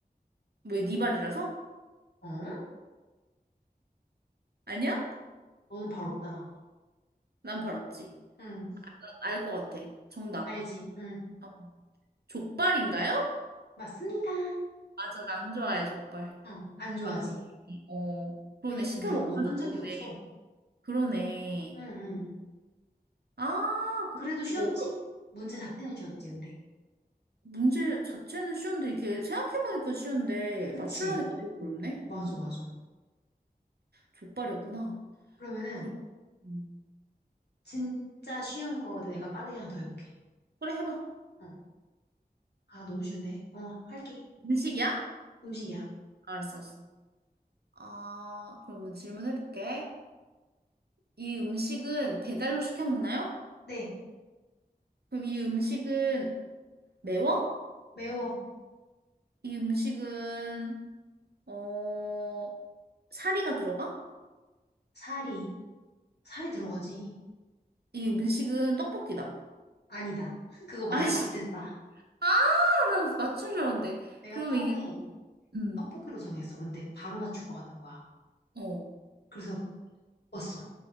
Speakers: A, on the right; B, on the left.
A: 왜 네 발이라서?
B: 어?
A: 아니야?
B: 너는 발 없잖아.
A: 난 발 없지.
B: 응,
A: 알 것 같아. 정답.
B: 알지? 응.
A: 어. 족발인가요?
B: 맞습니다.
A: 맞아, 난 안 좋아해, 족발.
B: 응, 안 좋아하지?
A: 맞네. 어, 그러네.
B: 왜냐면
A: 시켜
B: 우리가
A: 먹은
B: 먹은
A: 적도
B: 적이
A: 없네.
B: 없어.
A: 그러네.
B: 응, 응.
A: 아,
B: 그, 래도 쉬웠지?
A: 그거 어려
B: 문제 자체는 쉬웠지, 근데.
A: 문제 자체는 쉬운데, 이게 생각해보니까 쉬운데,
B: 그치?
A: 맞추려니까 되게 어렵네.
B: 맞아,
A: 음.
B: 맞아.
A: 족발이었구나.
B: 그러면은,
A: 그, 음.
B: 진짜 쉬운 거 내가 빠르게 하나 더 해볼게.
A: 그래, 해봐.
B: 어. 아, 너무 쉬운데? 어, 할게.
A: 음식이야?
B: 음식이야.
A: 알았어, 알았어. 아, 그러면 질문해볼게. 이 음식은 배달로 시켜 먹나요?
B: 네,
A: 그럼 이 음식은 매워?
B: 매워.
A: 이 음식은, 어, 사리가 들어가?
B: 살이. 살이 들어가지.
A: 이 음식은 떡볶이다.
B: 아니다. <laughs> 그거 말할
A: 아이씨.
B: 것 같았다.
A: 아, 나 맞춘 줄 알았는데.
B: 내가
A: 그러면
B: 처음에
A: 이, 음,
B: 떡볶이로 정했어. 근데 바로 맞출 것 같은 거야.
A: 어.
B: 그래서 먹었어.